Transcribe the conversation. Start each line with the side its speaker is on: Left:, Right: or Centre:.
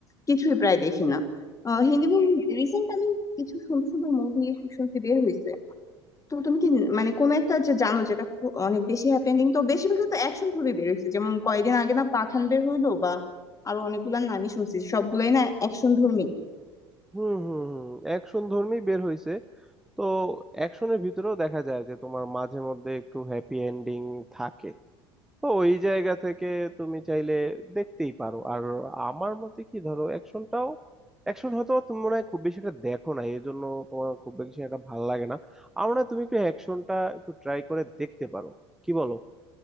Left: কিছুই প্রায় দেখি না আহ, হিন্দি মুভি রিসেন্ট আমি কিছু সুন্দর সুন্দর মুভি শুনতে বের হয়েছে তো তুমি কি মানে কোন একটা যে জানো যেটা খু- অনেক বেশি হ্যাপেনিং তো বেশিরভাগই তো অ্যাকশন মুভি বের হয়েছে যেমন কয়েকদিন আগে না পাঠান বের হইলো বা আরো অনেকগুলা নামই শুনছি সবগুলাই না অ্যাকশন ধর্মী
Centre: হুম হুম হুম অ্যাকশন ধর্মী বের হয়েছে তো অ্যাকশনের ভিতরেও দেখা যায় যে তোমার মাঝে মধ্যে একটু হ্যাপি এন্ডিং থাকে তো ওই জায়গা থেকে তুমি চাইলে দেখতেই পারো আর আমার মতে কি ধরো অ্যাকশনটাও অ্যাকশন হয়তো তুমি মনে হয় খুব বেশি একটা দেখো না এই জন্য তোমার খুব বেশি একটা ভালো লাগে না আমার মনে হয় তুমি একটু অ্যাকশনটা একটু ট্রাই করে দেখতে পারো কি বলো